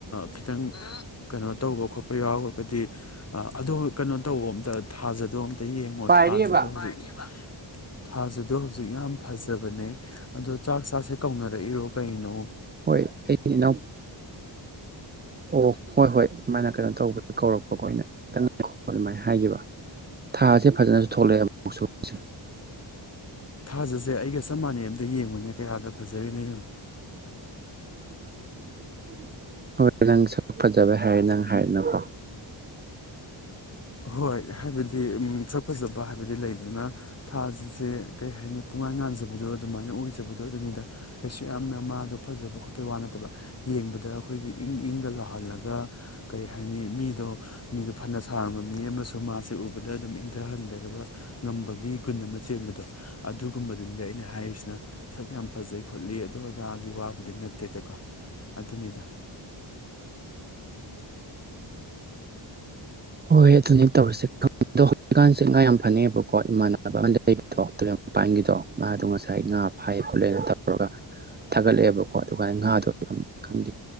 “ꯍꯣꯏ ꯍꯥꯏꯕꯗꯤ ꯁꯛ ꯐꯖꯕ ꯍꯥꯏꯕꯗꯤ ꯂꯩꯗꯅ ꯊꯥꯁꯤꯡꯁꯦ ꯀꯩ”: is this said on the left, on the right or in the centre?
Left